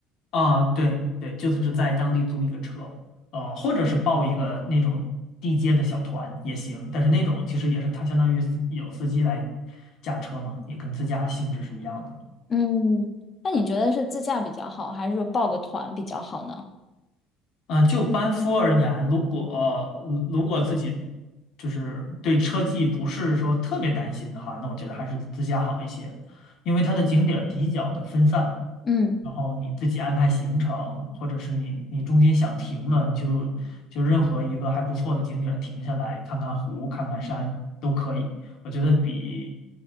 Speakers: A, on the left; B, on the left.
A: 啊，对对，就是只在当地租一个车，呃，或者是报一个那种地接的小团也行，但是那种其实也是它相当于司有司机来驾车嘛，也跟自驾性质是一样的。
B: 嗯，那你觉得是自驾比较好，还是说报个团比较好呢？
A: 嗯，呃就班夫而言，如果如果自己就是对车技不是说特别担心的话，那我觉得还是自驾好一些，因为它的景点儿比较的分散，
B: 嗯
A: 然后你自己安排行程，或者是你你中间想停了，你就就任何一个还不错的景点儿停下来看看湖、看看山都可以。我觉得比